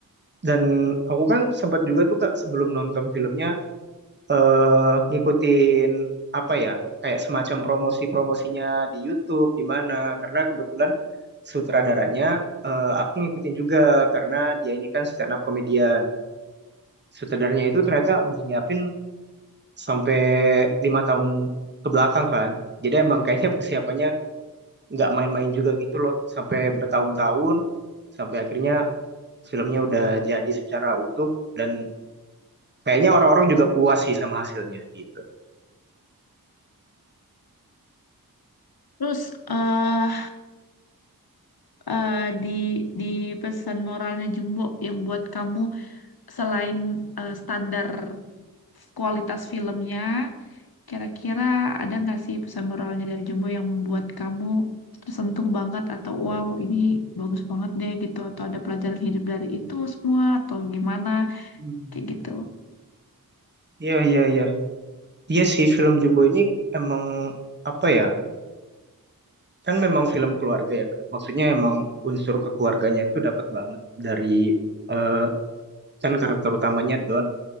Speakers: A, on the right; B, on the left.
A: Dan aku kan sempat juga tuh Kak sebelum nonton filmnya eh ngikutin apa ya? Kayak semacam promosi-promosinya di YouTube di mana karena kebetulan sutradaranya eh, aku ngikutin juga karena dia ini kan stand up comedian. Sutradaranya itu ternyata udah nyiapin sampai lima tahun ke belakang kan. Jadi emang kayaknya persiapannya nggak main-main juga gitu loh sampai bertahun-tahun sampai akhirnya filmnya udah jadi secara utuh dan kayaknya orang-orang juga puas sih sama hasilnya gitu.
B: Terus eh eh, di di pesan moralnya Jumbo yang buat kamu selain eh, standar kualitas filmnya, Kira-kira ada nggak sih pesan moralnya dari Jumbo yang membuat kamu tersentuh banget atau wow ini bagus banget deh gitu atau ada pelajaran hidup dari itu semua atau gimana
A: Hmm,
B: kayak gitu.
A: Iya, iya, iya. Iya sih film Jumbo ini emang apa ya? Kan memang film keluarga ya. Maksudnya emang unsur kekeluarganya itu dapat banget dari eh, kan karakter utamanya Don